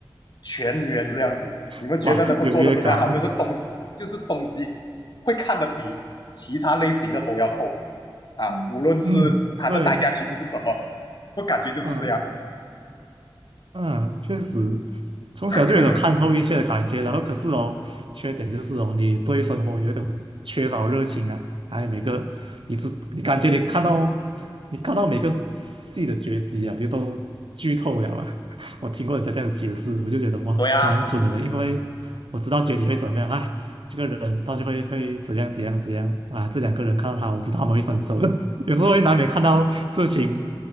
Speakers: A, on the left; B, on the right.
A: 全员这样子。
B: <laughs>
A: 你们觉得能够做得比他好，
B: 哇，优越感呢？
A: 就是东西，就是东西会看得比其他类型的都要透啊，
B: 嗯，
A: 无论是它的代价其实是什么，
B: 嗯，对，
A: 我感觉就是这样的。
B: 嗯、呃嗯，确实，从小就有种看透一切的感觉，
A: <laughs>
B: 然后可是哦，缺点就是哦，你对生活有一种缺少热情啊，还有每个你只你感觉你看到你看到每个戏的结局啊，你都剧透了啊。<laughs> 我听过人家这样解释，我就觉得哇，
A: 对啊，
B: 蛮准的嘞，因为我知道结局会怎么样，哎，这个人到底会会怎样怎样怎样啊，这两个人看到他，我知道他们会分手的，<laughs> 有时候会难免看到事情